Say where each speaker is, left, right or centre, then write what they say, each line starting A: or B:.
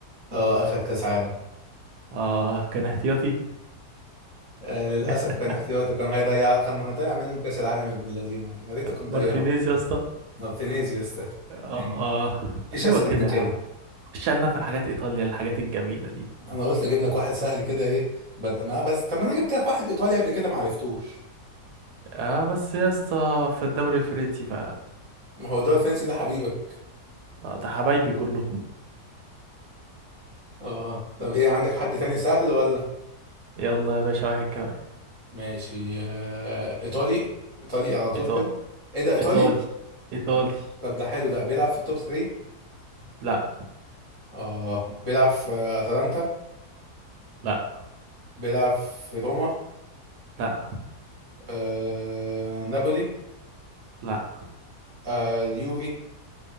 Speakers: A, on the right (about 25°); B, on the right (about 80°).
A: اه اخد كاس عالم
B: اه كان احتياطي
A: آه للاسف
B: <laughs>
A: كان احتياطي كان هيضيع كان هيضيع منهم كاس العالم ابن اللذينه يا ريته كان
B: مارتينيز
A: ضيعه
B: يا اسطى
A: مارتينيز يا اسطى
B: اه
A: يعني مفيش
B: ايوه
A: اسهل
B: كده
A: من
B: يا
A: كده
B: عم مش عارف في الحاجات ايطاليا الحاجات الجميله دي
A: انا قلت اجيب لك واحد سهل كده ايه بد... ما بس طب ما انا جبت لك واحد ايطالي قبل كده ما عرفتوش
B: اه بس يا اسطى في الدوري الفرنسي ف
A: ما هو ده الفرنسي ده حبيبك
B: آه، ده حبايبي كلهم
A: اه طب ايه عندك حد تاني سهل ولا
B: يلا يا باشا واحد كمان
A: ماشي آه ايطالي ايطالي على طول
B: إيطا-
A: كده ايه ده ايطالي
B: ايطالي ايطالي
A: طب طب ده حلو ده بيلعب في التوب 3
B: لا
A: اه بيلعب في اتلانتا
B: لا
A: بيلعب في روما
B: لا
A: آه... نابولي
B: لا
A: آه اليوفي